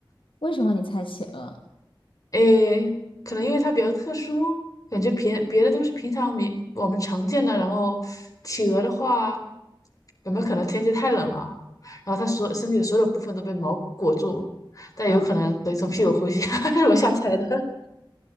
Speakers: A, on the left; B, on the left.
A: 为什么你猜企鹅？
B: 诶，可能因为它比较特殊，感觉平别的都是平常民我们常见的。然后企鹅的话，有没有可能天气太冷了，然后它所身体的所有部分都被毛裹住？但有可能可以从屁股呼吸，
A: 嗯
B: <laughs> 是我瞎猜的，